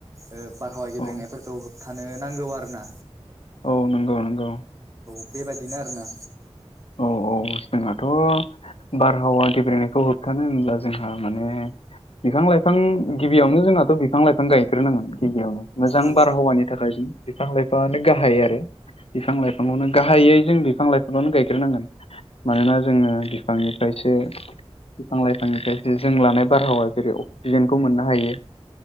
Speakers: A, on the right; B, on the left.
A: ओ बारहावा गेब्रेंनायफोरखौ
B: औ
A: थानो नांगौ आरो ना
B: औ नंगौ नंगौ
A: बेबादिनो आरोना
B: औ औ जोंहाथ' बारहावा गेब्रेंनायखौ होबथानो होनब्ला जोंहा माने बिफां लाइफां गिबियावनो जोंहाथ' बिफां लाइफां गायग्रोनांगोन गिबियावनो मोजां
A: औ
B: बारहावानि थाखाय जों बिफां लाइफांआनो गाहाय आरो। बिफां लाइफांखौनो गाहायै जों बिफां लाइ <unintelligible> ग्रोनांगोन मानोना जोङो फांनिफ्रायसो बिफां लाइफांनिफ्राय जों लानाय बारहावा जेरै अक्सिजेनखौ मोननो हायो।